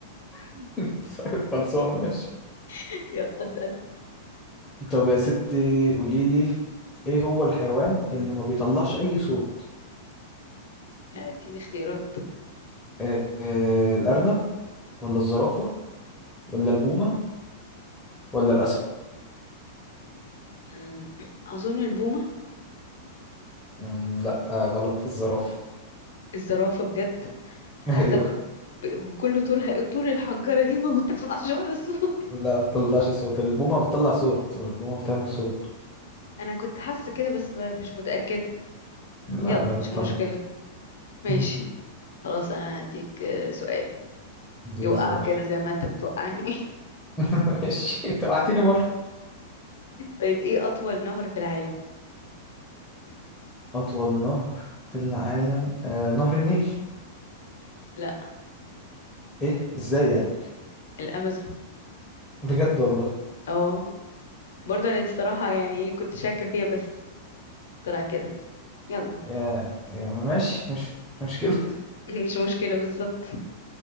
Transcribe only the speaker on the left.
<laughs> يلا اسأل
اديني اختيارات
أم، اظن البومه
الزرافه بجد حاسه
ب- بكل طولها طول الحنجره دي وما بتطلعش ولا صوت
انا كنت حاسه كده بس ما- مش متاكده
يلا
مش
مشكله ماشي
خلاص انا هديك آه، سؤال
يوقعك
كده زي ما انت بتوقعني <laughs>
طيب ايه اطول نهر في العالم
لا
الامازون
اه برضه انا دي الصراحه يعني ايه كنت شاكه فيها بس طلع كده يلا
مش مشكلة بالظبط